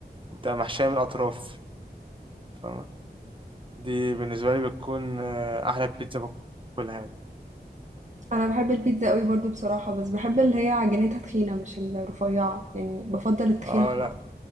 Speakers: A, on the right (about 30°); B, on the right (about 45°).
A: وبتبقى محشيه من الاطراف فاهمة؟ دي بالنسبه لي بتكون آه، احلى بيتزا باكلها يعني
B: أنا بحب البيتزا قوي برضو بصراحة بس بحب اللي هي عجينتها تخينة مش الرفيعة يعني بفضل التخينة
A: اه
B: أكتر.
A: لا